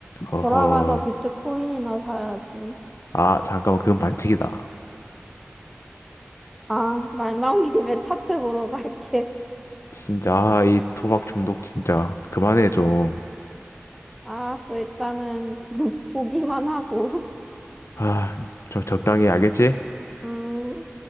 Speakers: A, on the left; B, in the centre.
A: 허허.
B: 돌아가서 비트코인이나 사야지.
A: 아, 잠깐만, 그건 반칙이다.
B: 아, 말 나온 <laughs> 김에 차트 보러 갈게.
A: 진짜, 아, 이 도박 중독 진짜. 그만해, 좀.
B: 알았어. 일단은 <laughs> 보기만 하고.
A: 아, 저 적당히 알겠지?
B: 음.